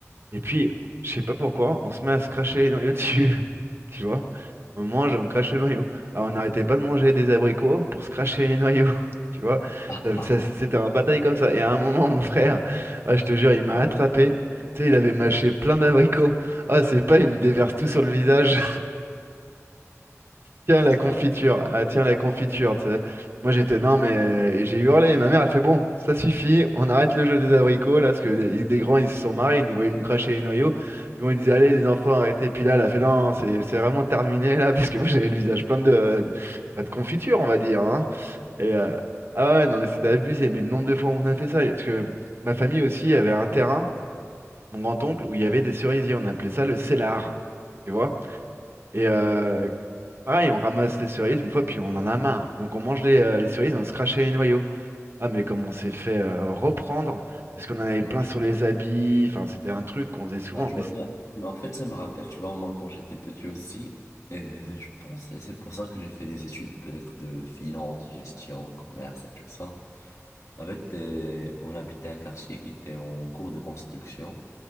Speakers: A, on the right (about 50°); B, on the left (about 85°).
A: Et puis, je sais pas pourquoi, on se met à se cracher les noyaux dessus. <laughs> Tu vois? On mange et on crache le noyau. Alors, on n'arrêtait pas de manger des abricots pour se cracher les noyaux. <laughs> Tu vois?
B: <laughs>
A: Ça- ça- c'était un bataille comme ça. Et à un moment, mon frère, ah, je te jure, il m'a attrapé. Tu sais, il avait mâché plein d'abricots. Ah, c'est pas, il me déverse tout sur le visage. Tiens
B: Ah,
A: la
B: c'est
A: confiture,
B: ça.
A: ah tiens la confiture, tu sais. Moi j'étais non mais et j'ai hurlé, ma mère elle fait bon, ça suffit, on arrête le jeu des abricots là, parce que les, les grands ils se sont marrés, ils nous voyaient nous cracher les noyaux, puis bon ils disaient allez les enfants arrêtez, puis là elle a fait non c'est c'est vraiment terminé là, parce que moi j'avais le visage plein de, de, bah, de confiture on va dire, hein. Et euh, ah ouais non mais c'était abusé, mais le nombre de fois où on a fait ça, parce que ma famille aussi avait un terrain, mon grand-oncle,
B: <laughs>
A: où il y avait des cerisiers, on appelait ça le cellar, tu vois? Et euh, pareil, on ramasse les cerises une fois, puis on en a marre. Donc on mange les, euh, les cerises, on se crachait les noyaux. Ah, mais comme on s'est fait euh, reprendre, parce qu'on en avait plein
B: Ouais,
A: sur les habits, enfin, c'était un truc qu'on faisait souvent.
B: Ah, je
A: Mais
B: vois
A: c'est-
B: bien. Mais en fait, ça me rappelle, tu vois, moi, quand j'étais petit aussi, et je pense, et c'est pour ça que j'ai fait des études peut-être de finance, gestion, commerce et tout ça. En fait, t'es- on habitait un quartier qui était en cours de construction.